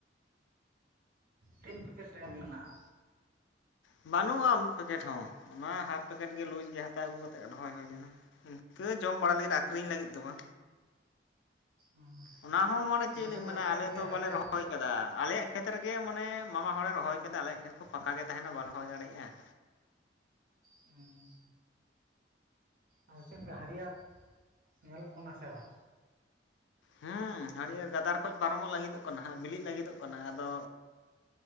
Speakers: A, on the right; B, on the left.
A: ᱛᱤᱱ ᱯᱮᱠᱮᱴ <unintelligible> ᱢᱮᱱᱟᱜᱼᱟ
B: ᱵᱟᱹᱱᱩᱜᱼᱟ ᱢᱤᱫ ᱯᱮᱠᱮᱴ ᱦᱚᱸ ᱚᱱᱟ ᱦᱟᱯ ᱯᱮᱠᱮᱴ ᱜᱮ ᱞᱩᱡ ᱜᱮ ᱦᱟᱛᱟᱣ ᱟᱹᱜᱩ ᱠᱟᱛᱮᱫ ᱨᱚᱦᱚᱭ ᱦᱩᱭ ᱞᱮᱱᱟ ᱤᱱᱠᱟᱹ ᱡᱚᱢ ᱵᱟᱲᱟ ᱞᱟᱹᱜᱤᱫ ᱟᱠᱷᱨᱤᱧ ᱞᱟᱹᱜᱤᱫ ᱫᱚ ᱵᱟ
A: ᱦᱩᱸ
B: ᱚᱱᱟ ᱦᱚᱸ ᱢᱟᱱᱮ ᱪᱮᱫ
A: ᱟᱫᱚ
B: ᱞᱤᱧ
A: ᱞᱮᱠᱟ
B: ᱢᱮᱱᱟ
A: ᱵᱮᱥ
B: ᱟᱞᱮ
A: ᱜᱮ
B: ᱫᱚ
A: ᱦᱟᱹᱨᱭᱟᱹᱲ
B: ᱵᱟᱞᱮ ᱨᱚᱦᱚᱭ ᱨᱚᱦᱚᱭ ᱠᱟᱫᱟ ᱟᱞᱮᱭᱟᱜ ᱠᱷᱮᱛ ᱨᱮᱜᱮ ᱢᱟᱱᱮ ᱢᱟᱢᱟ ᱦᱚᱲᱮ ᱨᱚᱦᱚᱭ ᱠᱟᱫᱟ ᱟᱞᱮᱭᱟᱜ ᱠᱷᱮᱛ ᱠᱚ ᱯᱷᱟᱸᱠᱟ ᱜᱮ ᱛᱟᱦᱮ ᱱᱟ ᱵᱟᱞ ᱨᱚ ᱦᱳᱭ ᱟᱲᱮᱭᱟᱜᱼᱟ
A: ᱦᱮᱸ ᱟᱫᱚ ᱪᱮᱫᱠᱟ ᱦᱟᱹᱨᱭᱟᱹᱨ ᱧᱮᱞᱚᱜ ᱠᱟᱱᱟ ᱥᱮ ᱵᱟᱝ
B: ᱦᱮᱸ ᱦᱟ. ᱨᱭᱟ. ᱨ ᱜᱟᱫᱟᱨ ᱠᱷᱚᱱ ᱯᱟᱨᱚᱢᱚᱜ ᱞᱟᱹᱜᱤ ᱫᱚᱜ ᱠᱟᱱᱟ ᱵᱤᱞᱤᱜ ᱞᱟᱹᱜᱤ ᱫᱚᱜ ᱠᱟᱱᱟ ᱟᱫᱚ